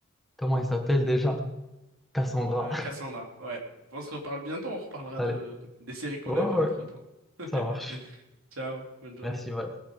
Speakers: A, in the centre; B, on the right.
A: comment il s'appelle déjà? Cassandra.
B: Euh, Cassandra, ouais. On se reparle bientôt, on reparlera
A: <laughs> Allez.
B: de des séries qu'on
A: Ouais,
B: a
A: ouais,
B: vues entre-temps.
A: ouais,
B: <laughs>
A: ça marche.
B: Ciao, bonne journée.
A: Merci, voilà.